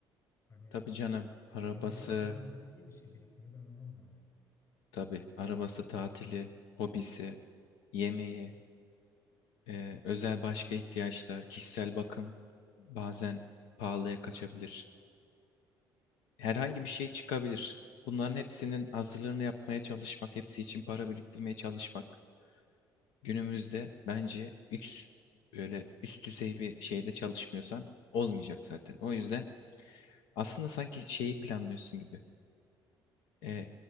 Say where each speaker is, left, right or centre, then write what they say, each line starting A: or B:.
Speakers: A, on the left (about 40°); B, on the left (about 90°).
A: Hani
B: Tabii canım. Arabası,
A: Elimizde avucumuzda niye bir şey birikmiyor ben onu anlamıyorum.
B: tabii. Arabası, tatili, hobisi, yemeği, e, özel
A: Yani
B: başka ihtiyaçlar, kişisel bakım bazen pahalıya kaçabilir. Herhangi bir şey çıkabilir. Bunların hepsinin hazırlığını yapmaya çalışmak, hepsi için para biriktirmeye çalışmak Günümüzde bence üst öyle üst düzey bir şeyde çalışmıyorsan olmayacak zaten. O yüzden aslında sanki şeyi planlıyorsun gibi. Ee,